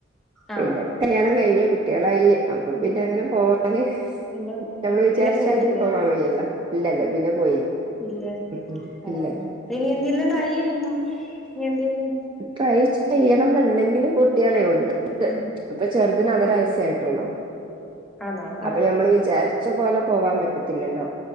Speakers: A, on the right; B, in the centre.
A: പിന്നെ
B: ആ
A: കല്യാണം കഴിഞ്ഞ് കുട്ടികളായി അപ്പൊ
B: ഉം
A: പിന്നെ അങ്ങനെ പോവാന്-
B: പിന്നെ
A: നമ്മള് വിചാരിച്ച
B: പിന്നെ പോയില്ലേ
A: അതിന് പോവാൻ
B: അല്ലേ
A: വഴിയല്ല ഇല്ലല്ല പിന്നെ പോയില്ല
B: ഇല്ല
A: ഉം ഉം
B: ആഹ്
A: ഇല്ലല്ല
B: ഇനി എന്തെിലും ട്രൈ ചെയ്യുന്നോ ഇനി എന്തേലും
A: ട്രൈ ചെയ്യണം എന്നുണ്ടെങ്കില് കുട്ടികളെ ഉള്ളൂ
B: ഉം
A: ഇപ്പൊ ചെറുതിന്
B: ഉം
A: ഒന്നര
B: ഉം
A: വയസേ ആയിട്ട്- ഒള്ളൂ
B: ആണോ
A: അതെ
B: ആ
A: ഞമ്മള് വിചാരിച്ച പോലെ പോവാൻ പറ്റത്തില്ലല്ലോ